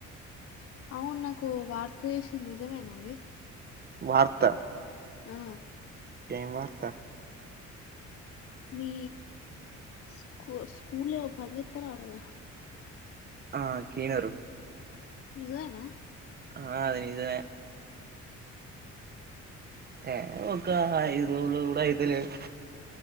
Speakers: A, on the left (about 50°); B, on the right (about 30°).
A: అవును నాకు వాట్ చేసింది నిజమేనా అది
B: వార్త
A: ఆ
B: ఏం వార్త
A: మీ స్కూ స్కూల్వో పనిచస్తార అటగా
B: ఆ కీనరు
A: నిజమేనా?
B: ఆ అది నిజమే ఏ ఒక ఐదు రోజులు కూడా అయితలేదు